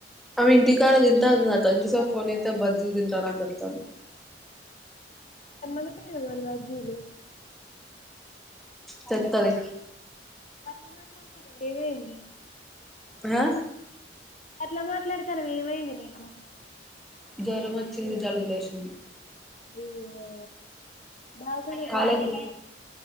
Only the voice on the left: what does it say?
తేమ్మనపోయినవ్ మరి బజ్జీలు
గట్ల మాట్లాడతానవ్ ఏమైంది
అట్ల మాట్లాడతనవ్ ఏమైంది నీకు
అయ్యో దావ్కానక్
వోయినవా మరి